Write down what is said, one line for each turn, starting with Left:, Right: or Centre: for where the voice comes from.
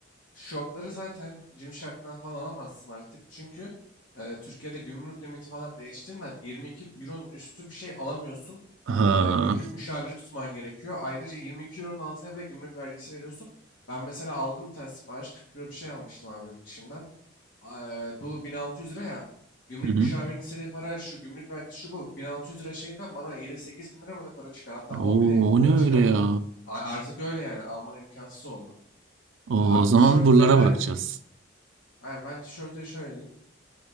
Left: Shortları zaten Gymshark'tan falan alamazsın artık. Çünkü e, Türkiye'de gümrük limiti falan değiştiğinden 22 euronun üstü bir şey alamıyorsun.
Right: Ha.
Left: E, gümrük müşaviri tutman gerekiyor. Ayrıca 22 euronun altına bile gümrük vergisi veriyorsun. Ben mesela aldım bir tane sipariş 40 euro bir şey almıştım abi yurt dışından. Eee, bu 1600 lira ya. Gümrük
Right: Hı hı.
Left: müşavirinin istediği para şu, gümrük vergisi şu bu. 1600 lira şeyden bana 7-8 bin lira mı ne para çıkar. Hatta 10
Right: Oo,
Left: bine yakın
Right: o
Left: para
Right: ne öyle
Left: çıkardılar.
Right: ya?
Left: A- Artık öyle yani. Alman imkansız oldu.
Right: Oo,
Left: Abi
Right: o zaman
Left: tişörtte
Right: buralara
Left: ben
Right: bakacağız.
Left: Aynen ben tişörte şöyle diyeyim.